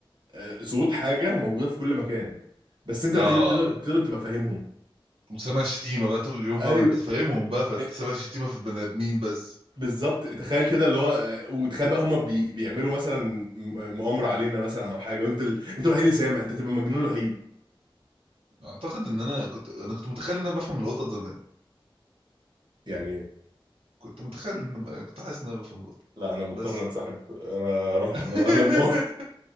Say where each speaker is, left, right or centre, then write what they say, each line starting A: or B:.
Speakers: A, on the right; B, on the right.
A: آه، صوت حاجه موجوده في كل مكان بس انت
B: اه
A: الوحيد اللي بتقدر بتقدر تبقى فاهمهم
B: وسامع الشتيمه بقى طول اليوم
A: ايوه
B: بقى ما انت فاهمهم بقى فانت
A: آه، آه،
B: سامع الشتيمه في البني ادمين بس
A: بالظبط تخيل كده اللي هو آه، وتخيل بقى هم بي بيعملوا مثلا م- مؤامره علينا مثلا او حاجه وانت ال... انت الوحيد اللي سامع انت تبقى المجنون الوحيد
B: اعتقد ان انا كنت انا كنت متخيل ان انا بفهم القطط زمان
A: يعني
B: كنت متخيل ان ب... كنت حاسس ان انا بفهم القطط
A: لا انا مضطر
B: بس
A: انسحب انا اروح الحمام
B: <laughs>
A: قبل ما <laughs>